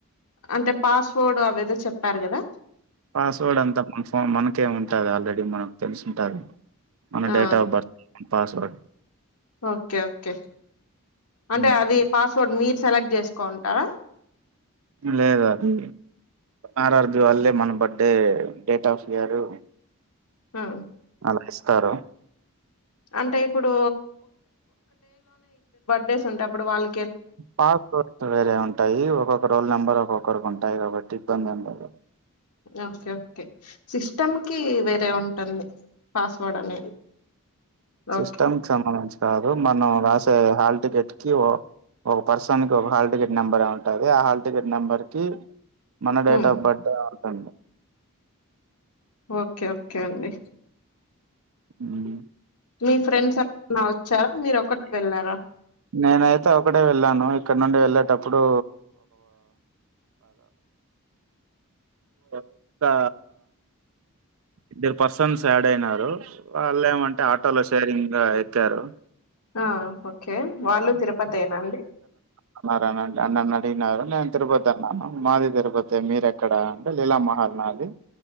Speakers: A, on the left (about 85°); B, on the right (about 65°).
A: అంటే పాస్వర్డ్ అ వేదో చెప్పారు కదా
B: పాస్వర్డ్ అంతా మన ఫోన్ మనకే ఉంటాది ఆల్రెడీ మనకు తెలిసుంటాది మన
A: ఆ!
B: డేట్ ఆఫ్ బర్త్ మన పాస్వర్డ్
A: ఓకే ఓకే అంటే
B: హ్మ్.
A: అది పాస్వర్డ్ మీర్ సెలెక్ట్ చేసుకోంటారా
B: లేదద్ టి ఆర్ఆర్బి వాల్లె మన బడ్డే డేట్ ఆఫ్ ఇయరు
A: ఆహ్
B: అళ్లక్ ఇస్తారు
A: అంటే ఇప్పుడు బేస్ ఉంటే అప్పుడు వాళ్
B: పాస్స్ పోర్ట్ వేరే ఉంటాయి ఒకొక రోల్ నెంబర్ ఒకరుకు ఉంటాయి కాబట్టి ఇబ్బంది ఉండదు
A: ఓకే ఓకే సిస్టమ్కి వేరే ఉంటుంది పాస్‌వర్డ్ అనేది.
B: సిస్టమ్క్
A: ఓకే.
B: సంబంధించి కాదు మనం రాసే హాల్ టికెట్ కివో ఒక పర్సన్ కి ఒక హాల్టికెట్ నెంబర్ ఎ ఉంటది ఆ హాల్టికెట్ నెంబర్ కి మన డేట్
A: హ్మ్.
B: ఆఫ బర్డే <unintelligible>
A: ఓకే ఓకే అండి
B: ఉమ్
A: మీ ఫ్రెండ్స్ అన్నా వచ్చారా మీరు ఒకటిక వెళ్ళారా
B: నేనైతే ఒకటే వెళ్ళాను ఇక్కడ నుండి వెళ్ళేటప్పుడు కొత్త ఇద్దరు పర్సన్స్ యాడ్ అయినారు వాళ్ళు ఏమంటే ఆటో లో షేరింగ్ గా ఎక్కారు
A: ఆ ఓకే వాళ్ళు తిరుపతేనా అండి
B: అన్నారానండి అన్నను అడిగినారు నేను తిరుపతి అన్నాను మాది తిరుపతి మీర ఎక్కడ అంటే లీలా మహల్ నాది